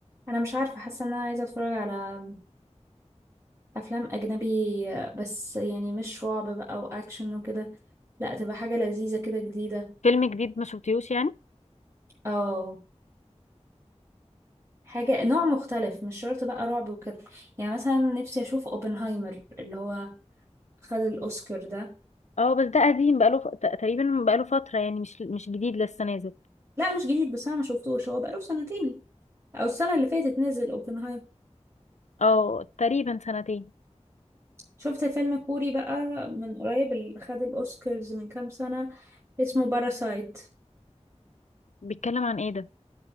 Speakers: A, on the right; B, on the left.
A: انا مش عارفه حاسه ان انا عايزه اتفرج على افلام اجنبي بس يعني مش رعب بقى واكشن وكده لا تبقى حاجه لذيذه كده جديده
B: فيلم جديد ما شفتيهوش يعني
A: اه حاجه نوع مختلف مش شرط بقى رعب وكده يعني مثلا نفسي اشوف اوبنهايمر اللي هو خد الاوسكار ده
B: اه بس ده قديم بقاله ف... ت- تقريبا بقاله فترة يعني مش مش جديد لسه نازل
A: لا مش جديد بس انا ما شفتوش هو بقاله سنتين او السنه اللي فاتت نزل اوبنهايمر
B: اه تقريبا سنتين
A: شفت فيلم كوري بقى من قريب اللي خد الاوسكارز من كام سنه اسمه باراسايت
B: بيتكلم عن ايه ده